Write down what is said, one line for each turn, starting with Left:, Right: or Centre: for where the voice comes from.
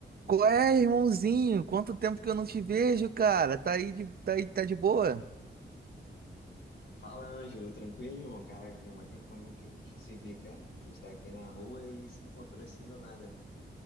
Right: Qual é, irmãozinho? Quanto tempo que eu não te vejo, cara? Tá aí de, tá aí, tá de boa?
Left: Fala, Ângelo, tranquilo, Cara, Caraca, tem um tempo mesmo que a gente não se vê, cara. A gente tá aqui na rua e se encontrou assim do nada.